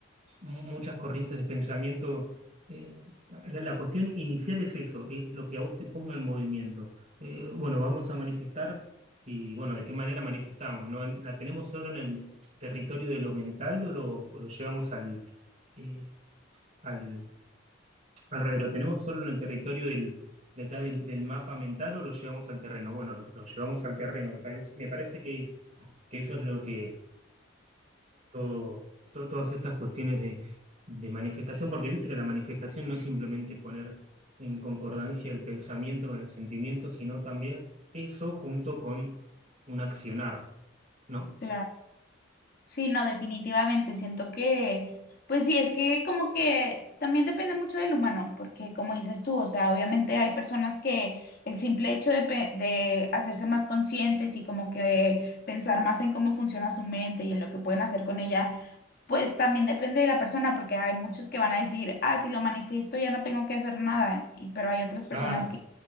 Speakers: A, on the right (about 40°); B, on the left (about 50°).
A: muchas corrientes de pensamiento, eh, la, la cuestión inicial es eso, es lo que a vos te ponga en movimiento. Eh, bueno, vamos a manifestar y bueno, ¿de qué manera manifestamos? ¿No? ¿La tenemos solo en el territorio de lo mental o lo, o lo llevamos al, eh, al, al revés? ¿Lo tenemos solo en el territorio del, de acá del, del mapa mental o lo llevamos al terreno? Bueno, lo, lo llevamos al terreno, me parece, me parece que, que eso es lo que todo, to- todas estas cuestiones de, de manifestación, porque viste que la manifestación no es simplemente poner en concordancia el pensamiento con el sentimiento, sino también eso junto con un accionar, ¿no?
B: claro Sí, no, definitivamente. Siento que, pues sí, es que como que también depende mucho del humano, porque como dices tú, o sea, obviamente hay personas que el simple hecho de, pe- de hacerse más conscientes y como que pensar más en cómo funciona su mente y en lo que pueden hacer con ella, pues también depende de la persona, porque hay muchos que van a decir, ah, si lo manifiesto ya no tengo que hacer nada, y, pero hay otras personas
A: Claro,
B: que